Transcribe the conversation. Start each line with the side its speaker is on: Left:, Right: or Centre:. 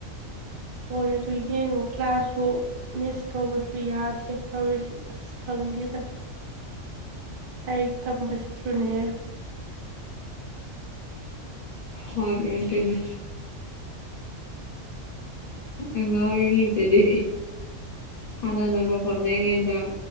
Right: ꯍꯣꯏ ꯑꯗꯨ ꯌꯦꯡꯉꯣ ꯀ꯭ꯂꯥꯁꯨ ꯃꯤꯁ ꯇꯧꯕꯁꯨ ꯌꯥꯗꯦ ꯇꯧꯔꯤꯁꯤ ꯑꯁ ꯈꯪꯗꯦꯗ ꯂꯥꯏꯔꯤꯛ ꯇꯝꯕꯁꯤꯁꯨꯅꯦ
Left: ꯍꯣꯏ ꯌꯦꯟꯇꯅꯦ ꯑꯉꯥ ꯑꯣꯏꯔꯤꯉꯩꯗꯗꯤ ꯁꯥꯟꯅꯅꯕ ꯍꯣꯠꯅꯩꯉꯩꯗ